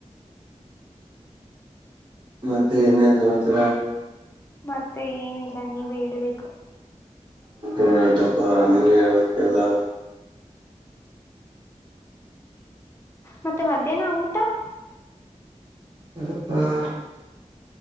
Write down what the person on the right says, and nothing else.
ಮತ್ತೆ, ಇನ್ನೇನು, ಸಮಾಚಾರ. <inaudible>
ಮಾತ್ಹೆಎನುಯ್ತುಪ್ಪ. <inaudible> ನೀವೇ, ಹೇಳಬೇಕು, ಹೇಳಾ. <inaudible>
ಹೇಳಪ್ಪಾ.. <inaudible>